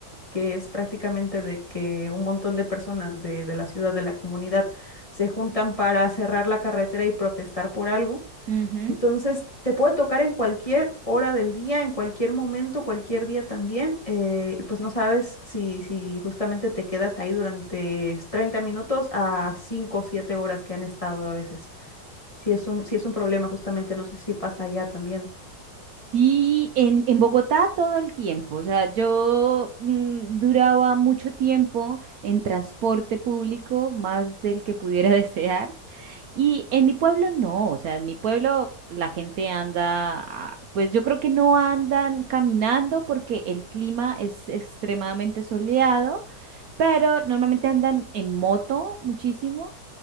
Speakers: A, on the left (about 20°); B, on the right (about 70°).
A: que es prácticamente de que un montón de personas de, de la ciudad, de la comunidad, se juntan para cerrar la carretera y protestar por algo.
B: ujú.
A: Entonces, te puede tocar en cualquier hora del día, en cualquier momento, cualquier día también, eh, y pues no sabes si, si justamente te quedas ahí durante 30 minutos a 5 o 7 horas que han estado a veces. Si es un, si es un problema, justamente, no sé si pasa allá también.
B: Sí, en, en Bogotá todo el tiempo. O sea, yo mm, duraba mucho tiempo en transporte público, más del que pudiera <laughs> desear. Y en mi pueblo no, o sea, en mi pueblo la gente anda, ah, pues yo creo que no andan caminando porque el clima es extremadamente soleado, pero normalmente andan en moto muchísimo.